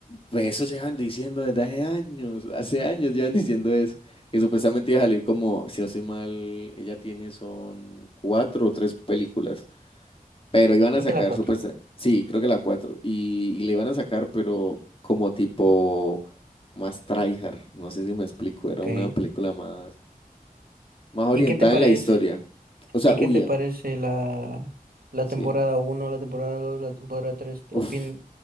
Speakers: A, on the left; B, on the right.
A: Pues eso llevan diciendo desde hace años, hace años llevan diciendo eso, que supuestamente iba a salir como, si no estoy mal, ella tiene son cuatro o tres películas, pero iban
B: Creo
A: a sacar
B: que la cuatro
A: supuestamente, sí, creo que la cuatro, y, y le iban a sacar, pero como tipo más tryhard, no sé si me explico, era
B: Ok.
A: una película más, más orientada
B: ¿Y qué te parece?
A: en la historia, o sea,
B: ¿Y qué
A: uy,
B: te
A: em,
B: parece la, la
A: sí,
B: temporada
A: em,
B: uno la temporada dos la temporada tres
A: uf,
B: Opin